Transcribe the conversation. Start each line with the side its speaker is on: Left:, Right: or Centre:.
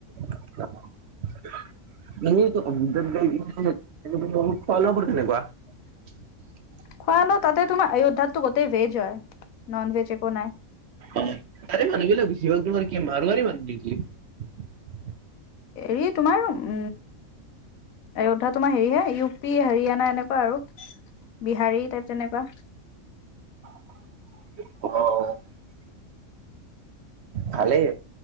Right: <unintelligible> এনেকুৱা।
Left: খোৱা-লোৱা তাতে, তোমাৰ অয়োধ্যাতো গোটেই ভেজ হয়। ন'ন ভেজ একো নাই।
Right: অ তাৰে মানুহবিলাক বেছি হল তোমাৰ কি মাৰোৱাৰী মানুহ নেকি।
Left: হেৰি তোমাৰ, উম অয়োধ্যা তোমাৰ হেৰি হে, ইউ পি হাৰিয়ানা এনেকুৱা আৰু। বি বিহাৰী টাইপ তেনেকুৱা।
Right: অহ। ভালেই।